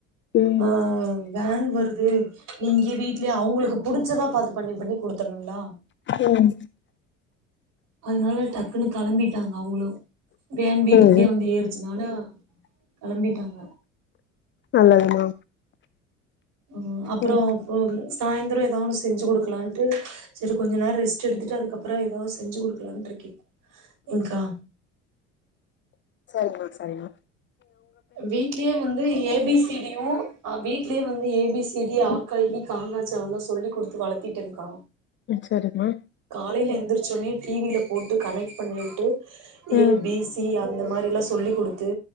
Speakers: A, on the left; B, on the right.
A: ம்
B: ஆஹ் வேன் வருது நீங்க வீட்லயே அவங்களுக்கு புடிச்சதா பாத்து பண்ணி பண்ணி குடுத்தணும்ங்களா
A: உஹம்
B: அதனால டக்குன்னு கிளம்பிட்டு டங்க அவங்களும் வேன் வீட்டுக்கிட்டயே
A: ம்
B: வந்து ஏறு னால கிளம்பிட்டாங்க
A: நல்லதுமா
B: உஹம் அப்ரோம்
A: ம்
B: இ சாயந்தரம் ஏதோ ஒன்னும் செஞ்சு கொடுக்கலாம்ட்டு சரி கொஞ்ச நேரம் ரெஸ்ட் எடுத்துட்டு அதுக்கப்புறம் ஏதாவது செஞ்சு கொடுக்கலாம்ட்டு இருக்கே கா
A: சாரிமா
B: வீட்லயே வந்து ஏ பி சி வீட்யே வந்து ஏபிசிடி ஆக்காி காங்ஞா ட்சில்லாம் சொல்லி கொடுத்து வளத்திட்டேன்கா
A: சரிம்மா
B: காலையில் எந்திரிச்சோனே டிவியில போட்டு கனெக்ட் பண்ணிட்டு
A: ம்
B: ஏ பிசி அந்த மாதிரிலாம் சொல்ல் கொடுத்து